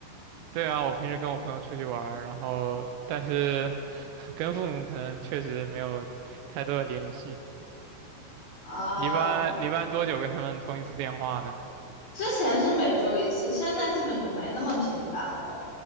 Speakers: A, on the right; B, on the left.
A: 对啊，我平时跟我朋友出去玩儿然后但是 <laughs> 跟父母可能确实没有太多的联系。
B: 哦，
A: 你一般你一般多久跟他们通一次电话呢？
B: 之前是每周一次，现在基本就没那么频繁了，